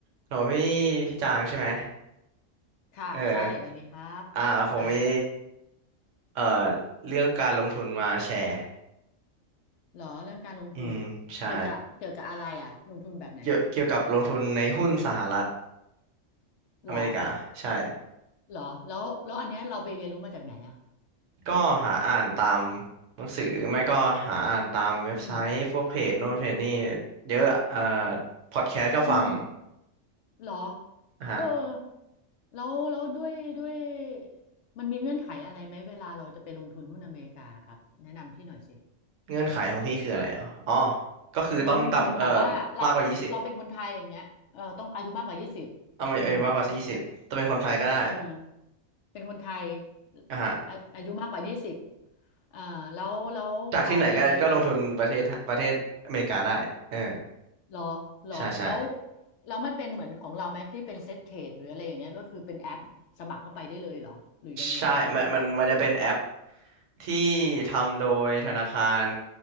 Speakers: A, on the right; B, on the left.
A: โหนูพี่พี่จางใช่ไหม
B: ค่ะใช่สวัสดีครับ
A: เอออ่าผมมี
B: ไอซ์
A: เอ่อเรื่องการลงทุนมาแชร์
B: เหรอเรื่องการลงทุน
A: อืมใช่
B: เกี่ยวกับเกี่ยวกับอะไรอ่ะลงทุนแบบไหน
A: เกี่ยวเกี่ยวกับลงทุนในหุ้นสหรัฐ
B: เหรอ
A: อเมริกา ใช่
B: เหรอแล้วแล้วอันเนี้ยเราไปเรียนรู้มาจากไหนอ่ะ
A: ก็หาอ่านตามหนังสือ ไม่ก็หาอ่านตามเว็บไซต์พวกเพจโน่นเพจนี่
B: อืม
A: เยอะเอ่อพอดแคสต์ก็ฟัง
B: อืมเหรอ
A: นะฮะ
B: เออแล้วแล้วด้วยด้วยมันมีเงื่อนไขอะไรไหมเวลาเราจะไปลงทุนหุ้นอเมริกาครับแนะนำพี่หน่อยสิ
A: เงื่อนไขของพี่คืออะไรอ๋ออ๋อก็คือต้องต่ำเอ่อ
B: เหมือนเหมือนแบบว่าเราเราเป็นคนไทยอย่างเงี้ยเออต้องอายุมากกว่ายี่สิบอืม
A: มากกว่ายี่สิบเอาไม่เอ้ยมากกว่ายี่สิบจะเป็นคนไทยก็ได้
B: เออ เป็นคนไทย
A: อ่ะฮะ
B: อาอายุมากกว่ายี่สิบอ่าแล้วแล้วเวลาไปไปซื้อ
A: จากที่ไหนก็ก็ลงทุนประเทศประเทศอเมริกาได้เออ
B: หรอหรอแล้ว
A: ใช่ใช่
B: แล้วมันเป็นเหมือนของเราไหมที่เป็นเซ็ตเทรดหรืออะไรอย่างเงี้ยก็คือเป็นแอปสมัครเข้าไปได้เลยเหรอหรือยังไงครับหรือต้องผ่านโบรก
A: ใช่มันมันมันจะเป็นแอปที่ทำโดยธนาคาร
B: อืม